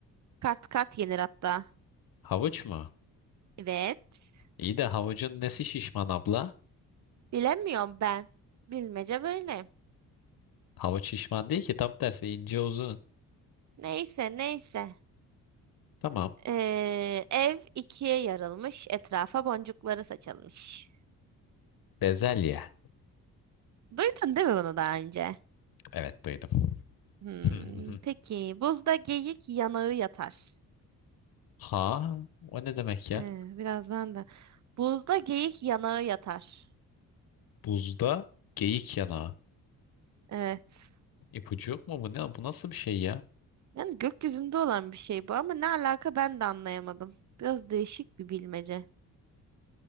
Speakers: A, on the right; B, on the left.
A: Kart kart yenir hatta.
B: Havuç mu?
A: Evet.
B: İyi de havucun nesi şişman abla?
A: Bilemiyorum ben. Bilmece böyle.
B: Havuç şişman değil ki tam tersi ince uzun.
A: Neyse neyse.
B: Tamam.
A: Ee, ev ikiye yarılmış, etrafa boncukları saçılmış.
B: Bezelye.
A: Duydun değil mi bunu daha önce?
B: Evet duydum.
A: Hmm,
B: <laughs>
A: peki buzda geyik yanağı yatar.
B: Ha, o ne demek ya?
A: Ee, biraz ben de. Buzda geyik yanağı yatar.
B: Buzda geyik yanağı.
A: Evet.
B: İpucu yok mu bu ne? Bu nasıl bir şey ya?
A: Yani gökyüzünde olan bir şey bu ama ne alaka ben de anlayamadım. Biraz değişik bir bilmece.